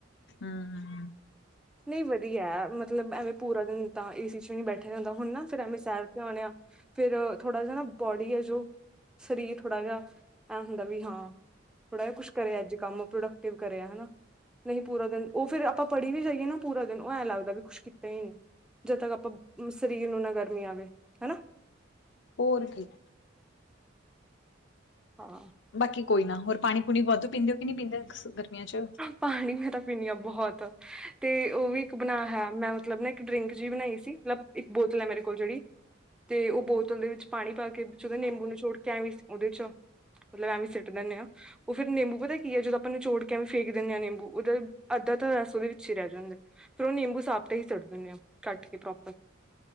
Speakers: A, on the left; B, in the centre.
A: ਹੂੰ।
B: ਨਹੀਂ ਵਧੀਆ ਮਤਲਬ ਐਵੇਂ ਪੂਰਾ ਦਿਨ ਤਾਂ ਇਸ ਬੈਠਿਆ ਜਾਂ ਹੁੰਦਾ ਹੁਣ ਫ਼ਿਰ ਐਵੇਂ ਸੈਰ ਤੇ ਆਉਣੇ ਆ। ਫਿਰ ਥੋੜ੍ਹਾ ਜ ਨਾ ਬੋਡੀ ਹੈ ਜੋ ਸਰੀਰ ਥੋੜ੍ਹਾ ਜਿਹਾ ਐ ਹੁੰਦਾ ਵੀ ਹਾਂ। ਥੋੜਾ ਜਿਹਾ ਕੁਛ ਕਰਿਆ ਅੱਜ ਕੰਮ ਪ੍ਰੋਡਕਟਿਵ ਕਰਿਆ ਹਨਾ ਨਹੀਂ ਪੂਰਾ ਦਿਨ ਉਹ ਫਿਰ ਆਪਾਂ ਪੜ੍ਹੀ ਵੀ ਜਾਈਏ ਨਾ। ਪੂਰਾ ਦਿਨ ਉਹ ਐਂ ਲੱਗਦਾ ਵੀ ਕੁੱਛ ਕੀਤਾ ਹੀ ਨਹੀਂ ਜਦ ਤੱਕ ਆਪਾਂ ਸਰੀਰ ਨੂੰ ਨਾ ਗਰਮੀ ਆਵੇ ਹਨਾ।
A: ਹੋਰ ਕੀ
B: ਹਾਂ
A: ਬਾਕੀ ਕੋਈ ਨਾ ਹੋਰ ਪਾਣੀ ਪੂਣੀ ਵਾਧੂ ਪੀਂਦੇ ਹੋ ਕਿ ਨਹੀਂੀ ਪੀਂਦੇ ਗਰਮੀਆਂ ਚ
B: ਪਾਣੀ ਮੈਂ ਤਾਂ ਪੀਣੀ ਆਾਂ ਬਹੁਤ ਤੇ ਉਹ ਵੀ ਇੱਕ ਬਣਾ ਹੈਇ ਮੈਂ ਮਤਲਬ ਨਾ ਇੱਕ ਡਰਿੰਕ ਜਿਹੀ ਬਣਾਈ ਸੀ ਇੱਕ ਬੋਤਲ ਹੈ ਮੇਰੇ ਕੋਲ ਜਿਹੜੀ ਤੇ ਉਹ ਬੋਤਲ ਦੇ ਵਿੱਚ ਪਾਣੀ ਪਾ ਕੇ ਵਿੱਚ ਉਹਦੇ ਨਿੰਬੂ ਨਿਚੋੜ ਕੇ ਆਂ ਵੀ ਉਹਦੇ ਚ ਮਤਲਬ ਐਵੇਂ ਸਿੱਟ ਦਿੰਦੇ ਹਾਂ ਉਹ ਫਿਰ ਨਿੰਬੂ ਪਤਾ ਕੀ ਹੈ ਜਦੋਂ ਆਪਾਂ ਨਿਚੋੜ ਕਿਵੇਂ ਫੇਕ ਦਿੰਦੇ ਆਾਂ ਨਿੰਬੂ ਉਹਦਾ ਅੱਧ ਤਾਂ ਰਸ ਉਹਦੇ ਵਿੱਚ ਹੀ ਰਹਿ ਜਾਂਦਾ ਫੇਿਰ ਉਹ ਨਿੰਬੂ ਸਾਾਬ ਤਾਂ ਹੀ ਸੱਟ ਦਿੰਦੇ ਆ ਕੱਟ ਕੇ ਪ੍ਰੋਪਰ